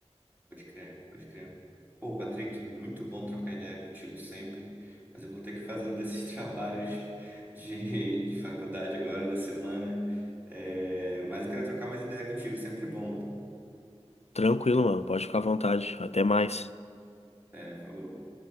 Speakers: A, on the right; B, on the left.
A: Pode crer, pode crer. Pô, Patrick, muito bom trocar ideia contigo sempre, mas eu vou ter que fazer um desses <laughs> trabalhos de, de faculdade agora da semana. É, mas eu quero trocar mais ideia contigo, sempre bom.
B: Tranquilo, mano, pode ficar à vontade. Até mais.
A: É, falou.